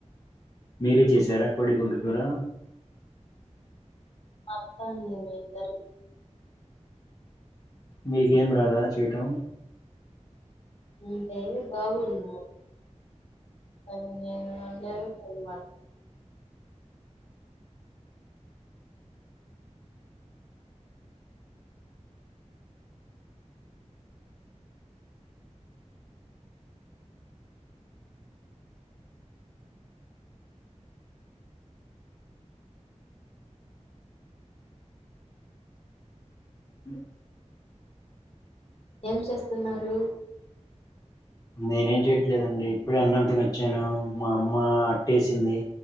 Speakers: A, on the left; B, on the left.
A: మీరే చేశారా కోడిగుడు కూరా
B: మా అత్త నేను ఇద్దరం చే
A: మీకేం రాదా చేయటం
B: అంటే బాబు ఉన్నాడు <unintelligible>
A: అ
B: ఏం చేస్తున్నారు
A: నేనేం చెయట్లేదు అండి ఇప్పుడే అన్నం తిని వొచ్చాను. మా అమ్మ అట్టేసింది.